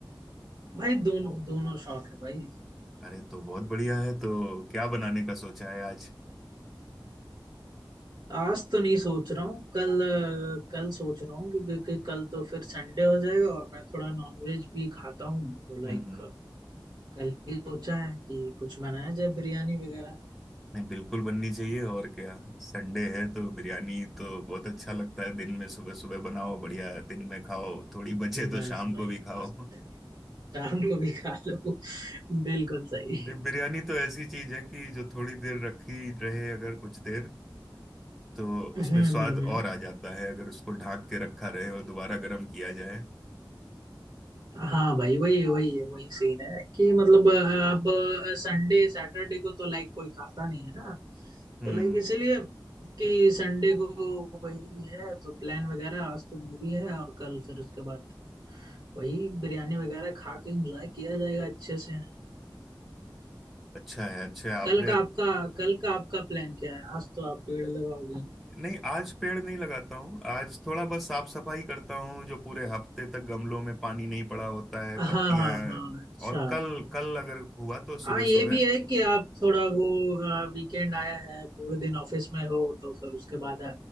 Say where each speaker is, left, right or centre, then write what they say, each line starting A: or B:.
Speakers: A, on the right (about 45°); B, in the centre.
A: भाई दोनों दोनों शौक है भाई
B: अरे तो बहुत बढ़िया है तो क्या बनाने का सोचा है आज
A: आज तो नहीं सोच रहा हूँ कल कल सोच रहा हूँ क्योंकि कि कल तो फिर संडे हो जाएगा और मैं थोड़ा नॉनवेज भी खाता हूँ तो
B: हम्म
A: लाइक
B: हम्म
A: कल ही सोचा है कि कुछ बनाया जाए बिरयानी वगैरह
B: नहीं बिल्कुल बननी चाहिए और क्या संडे है तो बिरयानी तो बहुत अच्छा लगता है दिन में सुबह सुबह बनाओ बढ़िया दिन में खाओ थोड़ी बचे तो
A: बस
B: शाम
A: भाई
B: को भी खाओ
A: बस
B: <laughs>
A: शाम को भी खा लो <laughs> बिल्कुल सही
B: नहीं बिरयानी तो ऐसी चीज है कि जो थोड़ी देर रखी रहे अगर कुछ देर तो
A: हम्म
B: उसमें स्वाद
A: हम्म
B: और
A: हम्म।
B: आ जाता है अगर उसको ढक के रखा रहे और दोबारा गर्म किया जाए
A: हाँ भाई वही वही वही सीन है कि मतलब अ, अब संडे सैटरडे को तो लाइक कोई खाता नहीं है ना
B: हम्म
A: तो लाइक इसलिए कि संडे को वही है तो प्लान वगैरह आज तो मूवी है और कल फिर उसके बाद वही बिरयानी वगैरह खा के एंजॉय किया जाएगा अच्छे से
B: अच्छा है अच्छा है आपने
A: कल का आपका कल का आपका प्लान क्या है आज तो आप पेड़ लगाओगे
B: नहीं आज पेड़ नहीं लगाता हूँ आज थोड़ा बस साफ सफाई करता हूँ जो पूरे हफ्ते तक गमलों में पानी नहीं पड़ा होता है
A: हाँ
B: पत्तियां
A: हाँ हाँ अच्छा
B: और कल कल अगर हुआ तो सुबह
A: हाँ ये
B: सुबह
A: भी है कि आप थोड़ा वो वीकेंड आया है पूरे दिन ऑफिस में हो तो फिर उसके बाद